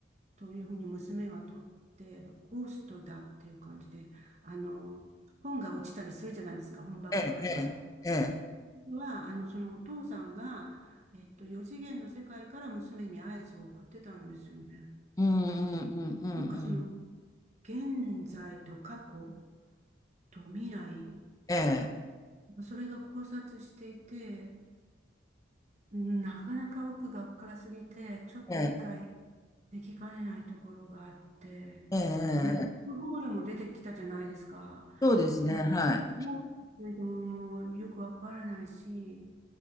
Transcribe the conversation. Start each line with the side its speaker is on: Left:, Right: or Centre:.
Right: というふうに娘は取って、ゴーストだっていう感じで、あの、本が落ちたりするじゃないですか、本箱からパ
Left: ええ、ええ、ええ、ええ
Right: ッ。は、あの、そのお父さんが、えっと、四次元の世界から娘に合図を送ってたんですよね。
Left: うんうんうんうんうん。
Right: で、なんかその、現在と過去と未来、
Left: ええ、
Right: それが交錯していて、うんなかなか奥が深すぎて、ちょっと理解
Left: ええ、
Right: できかねないところがあって、
Left: ええ、
Right: ブラックホールも出てきたじゃないですか。
Left: ええそうですね、
Right: で、ブラックホールについてももうよくわからないし、
Left: はい。